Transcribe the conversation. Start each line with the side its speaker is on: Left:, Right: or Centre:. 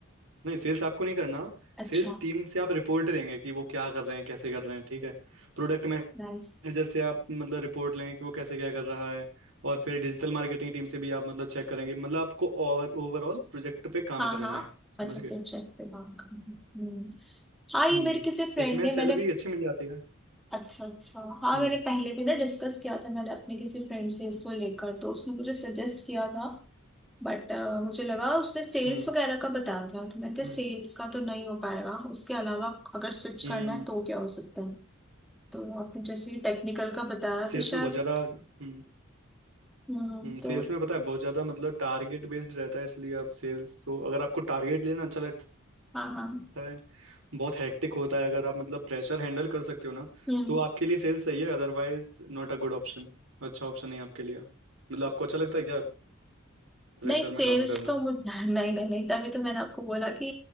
Right: नहीं सेल्स आपको नहीं करना
Centre: अच्छा
Right: सेल्स टीम से आप रिपोर्ट लेंगे कि वो क्या कर रहे हैं कैसे कर रहे हैं ठीक है प्रोडक्ट मैनेजर
Centre: नाइस
Right: से आप मतलब रिपोर्ट लेंगे कि वो कैसे क्या कर रहा है और फिर डिजिटल मार्केटिंग टीम से भी आप मतलब चेक करेंगे मतलब आपको ओवर ओवरऑल प्रोजेक्ट पे काम
Centre: हाँ
Right: करना
Centre: हाँ
Right: है
Centre: अच्छा
Right: समझ गए
Centre: प्रोजेक्ट पे काम कर सकते हैं। हम्म हाँ ये
Right: हम्म
Centre: मेरे किसी फ्रेंड
Right: इसमें
Centre: ने मैंने
Right: सैलरी अच्छी मिल जाती है
Centre: अच्छा अच्छा हाँ
Right: हम्म
Centre: मैंने पहले भी ना डिस्कस किया था मैंने अपने किसी फ्रेंड से इसको लेकर तो उसने मुझे सजेस्ट किया था बट मुझे लगा उसने सेल्स
Right: हम्म
Centre: वगैरह का बताया था तो मैंने कहा
Right: हम्म
Centre: सेल्स का तो नहीं हो पाएगा उसके अलावा अगर स्विच
Right: हम्म
Centre: करना है तो क्या हो सकता है तो आपने जैसे ही टेक्निकल का बताया
Right: सेल्स
Centre: तो शायद
Right: में बहुत ज़्यादा हम्म
Centre: हम्म
Right: हम्म
Centre: तो
Right: सेल्स में पता है बहुत ज़्यादा मतलब टारगेट बेस्ड रहता है इसलिए आप सेल्स तो अगर आपको टारगेट लेना अच्छा लगता है
Centre: हाँ हाँ
Right: होता है बहुत हेक्टिक होता है अगर आप मतलब प्रेशर हैंडल कर सकते हो ना
Centre: हम्म
Right: तो आपके लिए सेल्स सही है otherwise not a good option अच्छा ऑप्शन नहीं आपके लिए मतलब आपको अच्छा लगता है क्या प्रेशर
Centre: नहीं सेल्स
Right: में काम करना
Centre: तो मुझ <laughs> नहीं नहीं नहीं तभी तो मैंने आपको बोला कि